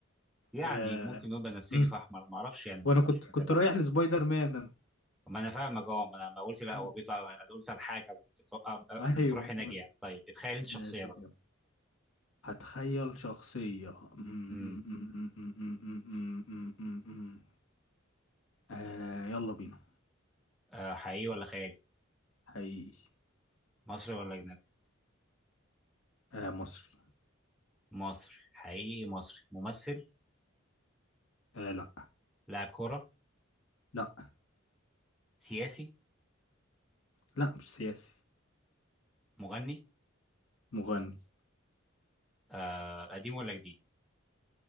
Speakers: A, in the centre; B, on the left.
A: يعني
B: آه...
A: ممكن نقول بنفسجي
B: أمم،
A: في احمر ما اعرفش يعني
B: وانا
A: ما-
B: كنت
A: مش
B: كنت
A: متابع
B: رايح لسبايدر مان انا
A: ما انا فاهمك اه ما انا ما قلت لا
B: أمم،
A: هو بيطلع انا قلت الحاجه قبل ما تروح
B: ايوه
A: قبل ما تروح هناك يعني طيب اتخيل انت شخصيه
B: ماشي
A: بقى
B: كده هتخيل شخصية أمم،
A: امم
B: أمم، أمم، أمم، أمم، أمم، أمم، أمم، أمم. آه يلا بينا
A: آه حقيقي ولا خيالي
B: حقيقي
A: مصري ولا اجنبي
B: آه مصري
A: مصري حقيقي مصري ممثل
B: آه لا
A: لاعب كرة
B: لا
A: سياسي
B: لا مش سياسي
A: مغني
B: مغني
A: آه قديم ولا جديد